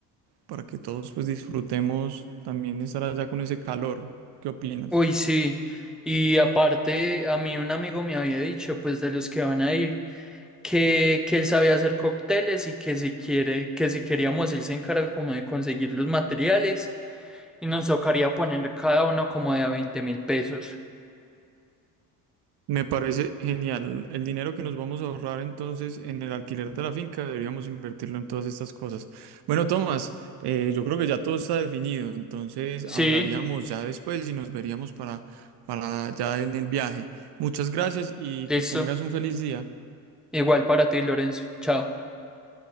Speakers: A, on the right; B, in the centre.
A: para que todos pues disfrutemos también estar allá con ese calor. ¿Qué opinas?
B: Uy, sí. Y aparte, a mí un amigo me había dicho, pues de los que van a ir, que, que él sabía hacer cócteles y que si quiere, que si queríamos, él se encarga como de conseguir los materiales y nos tocaría poner cada uno como de a 20 mil pesos.
A: Me parece genial. El dinero que nos vamos a ahorrar entonces en el alquiler de la finca deberíamos invertirlo en todas estas cosas. Bueno, Tomás, eh, yo creo que ya todo está definido, entonces
B: Sí,
A: hablaríamos ya después y nos veríamos para, para ya en el viaje. Muchas gracias y
B: listo.
A: que tengas un feliz día.
B: Igual para ti, Lorenzo. Chao.